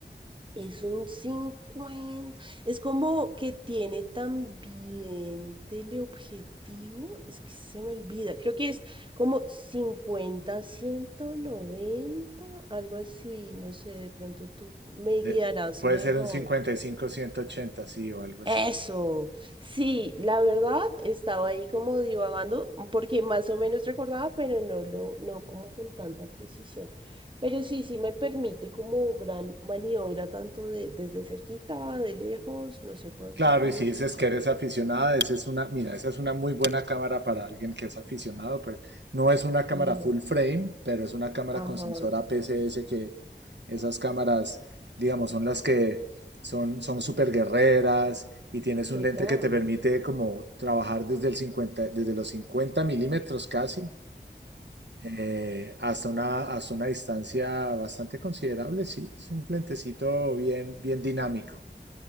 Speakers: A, on the right; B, on the right.
A: es un cincuenta Es como que tiene también teleobjetivo. Es que se me olvida. Creo que es como cincuenta ciento noventa algo así. No sé, de pronto tú me
B: De-
A: guiarás
B: puede
A: mejor.
B: ser un 55-180, sí, o algo así.
A: Eso, sí, la verdad estaba ahí como divagando, mm, porque más o menos recordaba, pero no lo, no como con tanta precisión. Pero sí, sí me permite como gran maniobra, tanto de, desde cerquita, de lejos, no sé, puedo
B: Claro,
A: hacer varias
B: y si dices
A: cositas.
B: que eres aficionada, esa es una, mira, esa es una muy buena cámara para alguien que es aficionado, pues no es una cámara
A: Ujú,
B: full frame, pero es una cámara
A: Ajá,
B: con sensor APS-C que esas cámaras, digamos, son las que son son super guerreras y tienes un
A: total.
B: lente que te permite como trabajar desde el 50, desde los 50 milímetros casi eh, hasta una hasta una distancia bastante considerable, sí, es un lentecito bien bien dinámico.